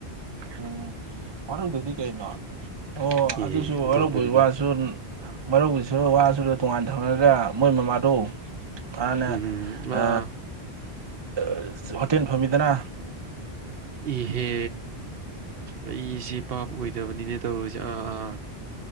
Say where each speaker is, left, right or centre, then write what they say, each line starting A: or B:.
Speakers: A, on the right; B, on the right.
A: ꯎꯝ ꯋꯥꯔꯧꯗꯗꯤ ꯀꯩꯅꯣ ꯑꯣ
B: ꯏꯍꯦ
A: ꯑꯗꯨꯁꯨ
B: ꯑꯣꯟꯊꯣꯛꯄꯅꯤꯗ
A: ꯋꯥꯔꯧꯕꯩ ꯋꯥꯁꯨ ꯋꯥꯔꯧꯕꯩꯁꯨ ꯋꯥꯁꯨ ꯇꯣꯡꯉꯥꯟ ꯊꯝꯃꯒ ꯃꯣꯏ ꯃꯃꯥꯗꯣ ꯃꯅꯥ
B: ꯎꯝ
A: ꯑ
B: ꯑꯥ
A: <unintelligible> ꯍꯣꯇꯦꯟ ꯐꯝꯃꯤꯗꯅ
B: ꯏꯍꯦ ꯑꯩꯁꯤ ꯕꯥꯕ ꯑꯣꯏꯗꯕꯅꯤꯅꯦ ꯇꯧꯔꯤꯁꯦ ꯑ ꯑ